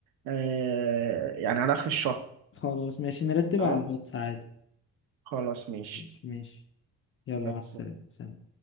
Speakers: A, on the right; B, on the left.
A: آه، يعني على آخر الشهر
B: خلاص ماشي نرتبها
A: تمام
B: على الواتس عادي
A: خلاص ماشي
B: ماشي ماشي يلا
A: يلا
B: مع السلامة سلام